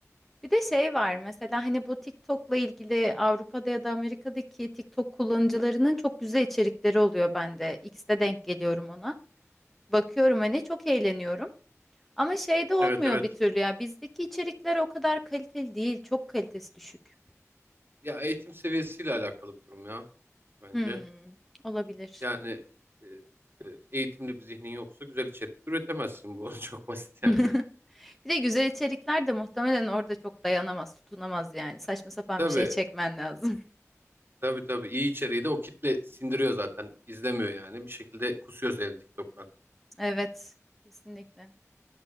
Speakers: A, in the centre; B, on the right.
A: Bir de şey var mesela hani bu TikTok'la ilgili Avrupa'da ya da Amerika'daki TikTok kullanıcılarının çok güzel içerikleri oluyor bende. X'te denk geliyorum ona. Bakıyorum hani çok eğleniyorum. Ama şey de olmuyor
B: Evet evet.
A: bir türlü ya. Bizdeki içerikler o kadar kaliteli değil. Çok kalitesi düşük.
B: Ya eğitim seviyesiyle alakalı bir durum ya bence.
A: Hmm, olabilir.
B: Yani e, e, eğitimli bir zihnin yoksa güzel içerik de üretemezsin bu. <laughs> Çok basit
A: <laughs>
B: yani.
A: Bir de güzel içerikler de muhtemelen orada çok dayanamaz, tutunamaz yani. Saçma sapan
B: Tabii
A: bir şey çekmen lazım. <laughs>
B: tabii tabii iyi içeriği de o kitle sindiriyor zaten. izlemiyor yani. Bir şekilde kusuyor seni TikTok'tan.
A: Evet, kesinlikle.